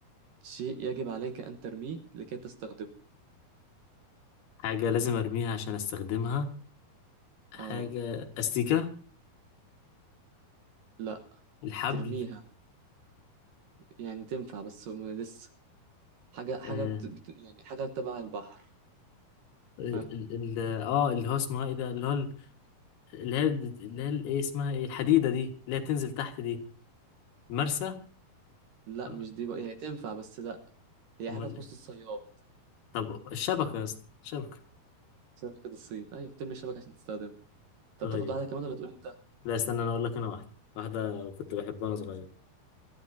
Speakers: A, on the right (about 65°); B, on the left (about 80°).
A: شيء يجب عليك أن ترميه لكي تستخدمه
B: حاجة لازم ارميها عشان استخدمها حاجة
A: اه
B: استيكة
A: لا
B: الحبل
A: ترميها يعني تنفع بس م- لسه حاجة حاجة
B: اه
A: بت... بت... يعني حاجة تبع البحر
B: ال-
A: ها
B: ال- ال- آه، اللي هو اسمها ايه ده اللي هو ال- اللي هي اللي هي ال- ايه اسمها ايه الحديدة دي اللي هي بتنزل تحت دي مرسى
A: لا
B: آه،
A: مش دي بقى يعني تنفع بس لا هي
B: امال
A: حاجة تخص
B: إيه؟
A: الصياد
B: طب الشبكة يا اسطى الشبكة
A: شبكة الصيد أيوة بترمي الشبكة عشان تستخدمها طب
B: طيب
A: تاخد واحدة كمان ولا تقول أنت؟
B: لا استنى انا اقول لك انا واحدة واحدة كنت
A: طب
B: بحبها
A: قول
B: وانا
A: واحدة
B: صغير